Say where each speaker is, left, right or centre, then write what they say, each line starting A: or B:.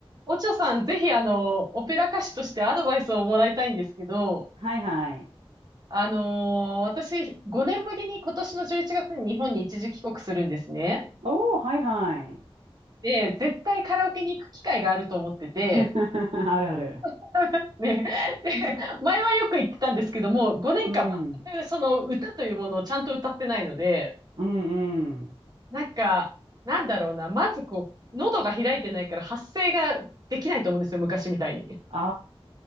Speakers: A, on the right; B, on the right.
A: おちょさん、ぜひ、あの、オペラ歌手としてアドバイスをもらいたいんですけど、
B: はいはい。
A: あのー私、5年ぶりに今年の11月に日本に一時帰国するんですね。
B: おー、はいはい。
A: で、絶対カラオケに行く機会があると思ってて、
B: <laughs> あるある。
A: <laughs> ね、で、前はよく言ってたんですけども、5年間全くその歌というものをちゃんと歌ってないので、
B: うん。うんうん。
A: なんか、なんだろうな、まずこう、喉が開いてないから発声ができないと思うんですよ、昔みたいに。
B: あ